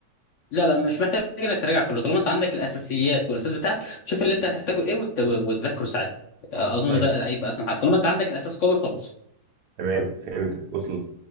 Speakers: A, on the left; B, on the right.
A: لا لا مش محتاج انك تراجع كله طالما انت عندك الاساسيات والاساس بتاعك شوف اللي انت هتحتاجه ايه وت- وتذاكره ساعتها آه، اظن
B: طيب
A: ده هيبقى اسهل حاجه طالما انت عندك الاساس قوي خلاص
B: تمام فهمت وصلت